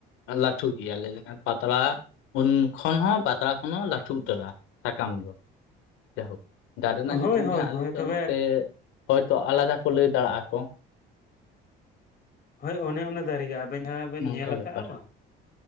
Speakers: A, on the left; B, on the left.
A: ᱞᱟᱹᱴᱷᱩᱜ ᱜᱮᱭᱟ᱾ ᱞᱮᱭ ᱞᱮᱠᱷᱟᱱ ᱯᱟᱛᱲᱟ ᱩᱱ ᱠᱷᱚᱱ ᱦᱚᱸ ᱯᱟᱛᱲᱟ ᱠᱷᱚᱱ ᱦᱚᱸ ᱞᱟᱹᱴᱩ ᱩᱛᱟᱹᱨᱟ, ᱥᱟᱠᱟᱢ ᱫᱚ ᱡᱟᱦᱳᱠ᱾ ᱫᱟᱨᱮ ᱨᱮᱱᱟᱜ ᱧᱩᱛᱩᱢ
B: ᱦᱳᱭ ᱦᱳᱭ
A: ᱜᱮ ᱦᱟᱸᱜ ᱟᱞᱤᱧ
B: ᱦᱳᱭ
A: ᱫᱚ
B: ᱛᱚᱵᱮ
A: ᱱᱚᱛᱮ ᱦᱚᱭᱛᱚ ᱟᱞᱟᱫᱟ ᱠᱚ ᱞᱟᱹᱭ ᱫᱟᱲᱮᱜ-ᱟ ᱠᱚ᱾
B: ᱦᱚᱭ ᱚᱱᱮ ᱚᱱᱟ ᱫᱟᱨᱮ ᱜᱮ, ᱟᱵᱮᱱ ᱡᱟᱦᱟᱸ ᱵᱮᱱ
A: ᱱᱚᱝᱠᱟ
B: ᱧᱮᱞ ᱟᱠᱟ-ᱟ
A: ᱵᱮᱯᱟᱨ
B: ᱵᱟᱝ᱾